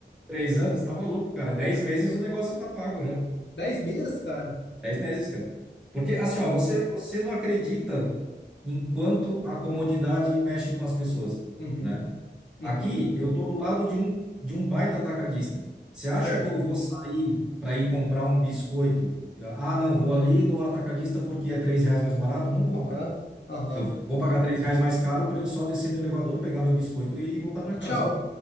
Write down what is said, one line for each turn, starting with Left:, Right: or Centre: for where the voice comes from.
Centre: três anos, tá maluco, cara, dez meses o negócio tá pago já.
Left: Dez meses, cara?
Centre: Dez meses, cara. Porque, assim, ó, você, você não acredita enquanto a comodidade mexe com as pessoas,
Left: Uhum,
Centre: né?
Left: uhum,
Centre: Aqui, eu tô do lado de um, de um baita atacadista. Você acha
Left: certo.
Centre: que eu vou sair para ir comprar um biscoito? Ah, não, vou ali no atacadista porque é três reais mais barato? Não vou,
Left: Aham,
Centre: cara.
Left: aham.
Centre: Eu vou pagar três reais mais caro para eu só descer do elevador, pegar meu biscoito e, e voltar para
Left: E
Centre: casa
Left: tchau.